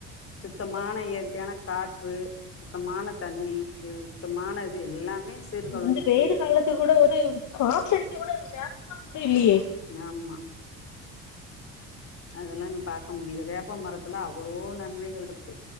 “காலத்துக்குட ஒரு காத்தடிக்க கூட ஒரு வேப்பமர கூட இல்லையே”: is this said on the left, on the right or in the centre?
Left